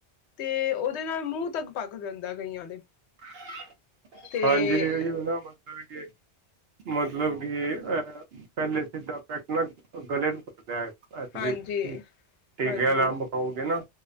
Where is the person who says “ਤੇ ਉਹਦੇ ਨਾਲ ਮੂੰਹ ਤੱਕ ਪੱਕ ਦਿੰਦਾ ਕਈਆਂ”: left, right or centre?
Left